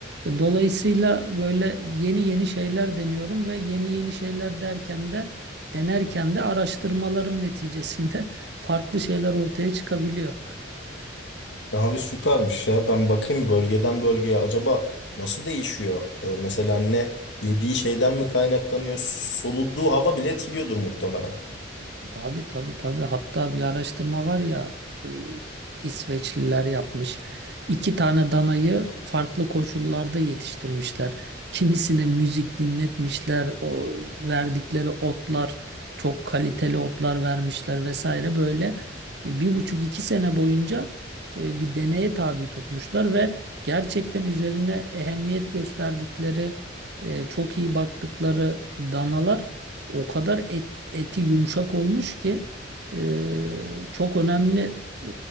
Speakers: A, on the right; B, on the left.
A: E, Dolayısıyla böyle yeni yeni şeyler deniyorum ve yeni yeni şeyler derken de denerken de araştırmalarım neticesinde <laughs> farklı şeyler ortaya çıkabiliyor.
B: Ya Abi süpermiş ya. Ben bakayım bölgeden bölgeye acaba nasıl değişiyor? Ee, Mesela ne yediği şeyden mi kaynaklanıyor? Soluduğu hava bile etkiliyordur muhtemelen.
A: Abi tabii tabii hatta bir araştırma var ya e, İsveçliler yapmış. İki tane danayı farklı koşullarda yetiştirmişler. Kimisine müzik dinletmişler, o verdikleri otlar çok kaliteli otlar vermişler vesaire böyle e, bir buçuk iki sene boyunca e, bir deneye tabi tutmuşlar ve gerçekten üzerine ehemmiyet gösterdikleri, e, çok iyi baktıkları danalar o kadar et, eti yumuşak olmuş ki e, çok önemli e,